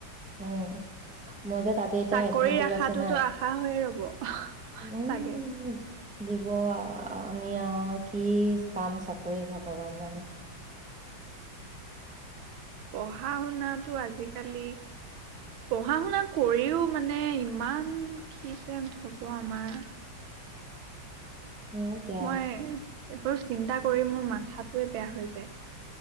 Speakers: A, in the centre; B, on the right (about 80°).
A: উম, মই যে তাতে এতিয়া
B: চাকৰিৰ
A: এডভানটেজ
B: আশাটোতো
A: আছে না,
B: আশা হৈয়ে ৰব
A: উম্।
B: চাগে
A: দিব আ, আমি আহ কি পাম চাকৰি, ‌ভগৱান জানে।
B: পঢ়া-শুনটো আজিকালি, পঢ়া-শুনা কৰিও মানে ইমান কিজে হ'ব আমাৰ।
A: হয় দিয়া।
B: মই এইবোৰ চিন্তা কৰি, মোৰ মাথাটোৱে বেয়া হৈ যায়।